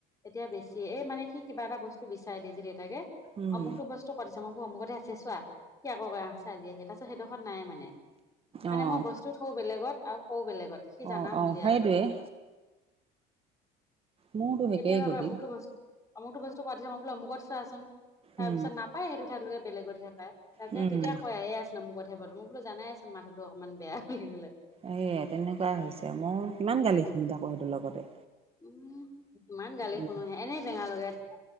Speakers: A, on the left; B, on the right.
A: এতিয়া বেছি, এই মানে সি কিবা এটা বস্তু বিচাৰে দে যে দেউতাকে,
B: উম,
A: অমুক' বস্তু টো ক'ত আছে মই অমুখতে আছে চোৱা, সি আকৌ কই আহ চাই দিয়াহি তাৰপিছত সেইডোখৰত নাই মানে। মানে
B: অ',
A: মই বস্তু থওঁ বেলেগত আৰু কৌও বেলেগত। সি জানা
B: অ', অ'
A: হ'লে আ
B: সেইটোৱেই। মোৰতো
A: কেতিয়াবা
B: একেই গতি
A: কই অমুকে বছ অমুকটো বস্তু ক'ত আছে, মই বুলো অমুকত চোৱাচোন তাৰপিছত
B: উম,
A: নাপায় সেইটো ঠাইলৈকে বেলেগতহে পায়। তাতে
B: উম
A: তেতিয়া কয় এই আছে অমুকতহে পালোঁ, মই কলোঁ জানাইচোন মাথাটো অকনমান বেয়া বুলি কলে।
B: এয়া তেনেকুৱাই হৈছে। মই কিমান গালি শুনি থাকোঁ সেইটোৰ লগতে।
A: উম কিমান গালি
B: উম
A: শুনো এনেই বেঙা লগাই থাকে।